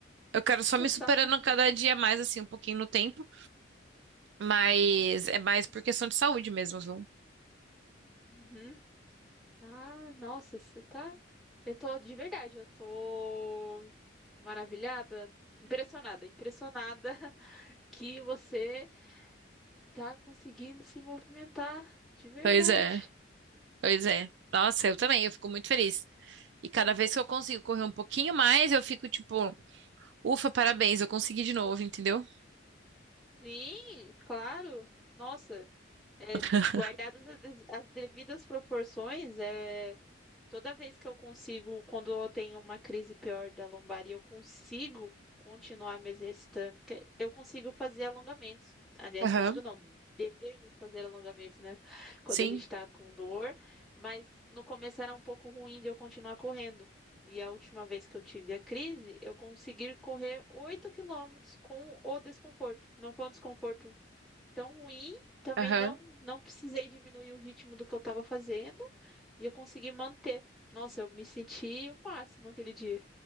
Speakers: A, on the right (about 65°); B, in the centre.
A: Eu quero só
B: <laughs>
A: me superando
B: só faz...
A: cada dia mais, assim, um pouquinho no tempo, mas é mais por questão de saúde mesmo, viu?
B: Uhum. Ah, nossa, você tá... Eu tô, de verdade, eu tô maravilhada, impressionada, impressionada <laughs> que você tá conseguindo se movimentar de verdade.
A: Pois é, pois é. Nossa, eu também, eu fico muito feliz. E cada vez que eu consigo correr um pouquinho mais, eu fico tipo, ufa, parabéns, eu consegui de novo, entendeu?
B: Sim, claro. Nossa, é,
A: <laughs>
B: guardadas as, des- as devidas proporções, é. Toda vez que eu consigo, quando eu tenho uma crise pior da lombar e eu consigo continuar me exercitando, porque eu consigo fazer alongamentos. Aliás,
A: Aham,
B: consigo não, devemos fazer alongamentos, né? Quando
A: sim,
B: a gente tá com dor, mas no começo era um pouco ruim de eu continuar correndo. E a última vez que eu tive a crise, eu consegui correr 8 quilômetros com o desconforto. Não foi um desconforto tão ruim, também
A: aham.
B: não não precisei diminuir o ritmo do que eu estava fazendo e eu consegui manter. Nossa, eu me senti o máximo aquele dia.